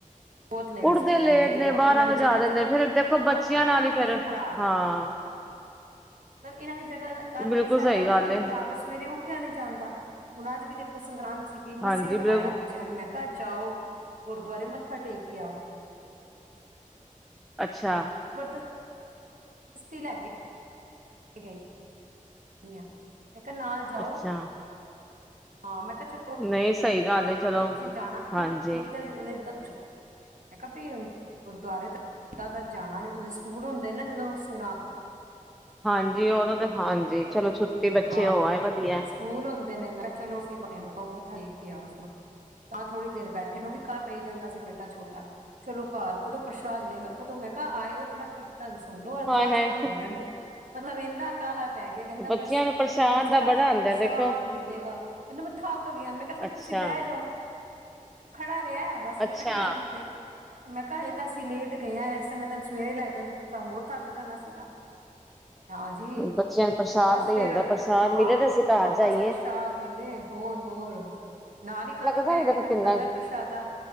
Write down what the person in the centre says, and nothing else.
ਉੱਠਦੇ
ਲੇਟ
ਨੇ ਬਾਰਾਂ
ਵਜਾ
ਦਿੰਦੇ
ਨੇ ਫੇਰ ਦੇਖੋ ਬੱਚੇਆਂ
ਨਾਲ
ਈ ਫੇਰ,
ਹਾਂ
ਬਿਲਕੁਲ
ਸਹੀ
ਗੱਲ
ਹਾਂਜੀ
ਬਿਲਕੁਲ
ਅੱਛਾ।
ਅੱਛਾ
ਨਈ ਸਈ ਗੱਲ ਏ। ਚਲੋ
ਹਾਂਜੀ
ਹਾਂਜੀ ਓਦਾ ਤਾਂ ਹਾਂਜੀ ਚਲੋ ਛੁੱਟੀ ਬੱਚੇ
ਹੋ ਆਏ ਵਦੀਐ।
ਹਾਏ ਹਾਏ
ਬੱਚਿਆਂ
ਨੂੰ ਪ੍ਰਸ਼ਾਦ
ਦਾ ਬੜਾ ਆਉਂਦਾ
ਦੇਖੋ
ਅੱਛਾ
ਅੱਛਾ
ਬੱਚਿਆਂ ਨੂੰ ਪ੍ਰਸ਼ਾਦ
ਦਾ ਹੀ
ਹੁੰਦਾ ਪ੍ਰਸ਼ਾਦ
ਮਿਲੇ ਤੇ ਅਸੀਂ ਘਰ ਜਾਈਏ
ਲੱਗਦਾ
ਵੀ ਦੇਖੋ
ਕਿੰਨਾ